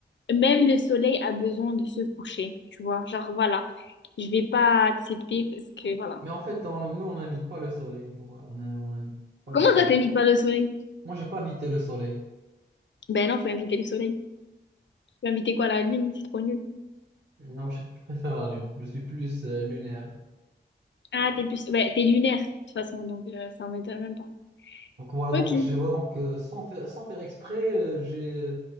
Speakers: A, on the left (about 80°); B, on the right (about 70°).
A: Même le soleil a besoin de se coucher, tu vois. Genre, voilà, je vais pas accepter parce que, voilà.
B: Mais en fait, on- nous, on n'invite pas le soleil. nous, ouais, on n'invite on n'invite pas
A: Comment
B: le soleil.
A: ça t'évite pas le soleil?
B: Moi, j'ai pas invité le soleil.
A: Ben non, faut inviter le soleil. Tu veux inviter quoi, la lune? C'est trop nul.
B: Non, je préfère la lune. Je suis plus euh, lunaire.
A: Ah, t'es plus... ben, t'es lunaire, de toute façon, donc euh, ça m'étonne même pas.
B: Donc voilà,
A: Ok.
B: donc je vois donc euh, sans faire, sans faire exprès, euh, j'ai